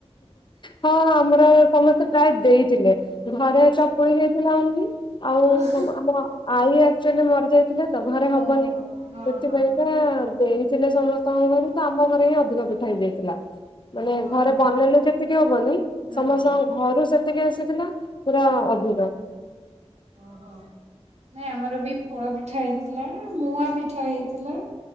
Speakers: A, on the left (about 45°); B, on the right (about 80°).
A: ହଁ ଆମର ସମସ୍ତେ ପ୍ରାୟ ଦେଇଥିଲେ ଘରେ
B: ଆଚ୍ଛା।
A: ଚକୁଳି ଯାଇଥିଲା ଆଣିଲି ଆଉ
B: ହଁ
A: ଆମ ଆଈ ଆଚୁଆଲି ମରିଯାଇଥିଲେ ତ ଘରେ ହବନି
B: ଓହୋ ହଁ
A: ସେଥିପାଇଁକା
B: ହଁ ହଁ
A: ଦେଇ ଥିଲେ ସମସ୍ତଙ୍କ ଘରୁ ତ ଆମ ଘରେ ହିଁ ଅଧିକା ପିଠା ହେଇଯାଇଥିଲା ମାନେ
B: ଓହୋ
A: ଘରେ ବନେଇଲେୁ ଯେତିକି ହବନି
B: ହଁ
A: ସମସ୍ତଙ୍କ
B: ହଁ
A: ଘରୁ ସେତିକି ଆସିଥିଲା ପୁରା
B: ହଁ।
A: ଅଭିିବା
B: ଓହୋ ନାଇଁ ଆମର ବି ଫୋଳ ପିଠା ହେଇଥିଲା ମୁଁ ପିଠା ହେଇଥିଲା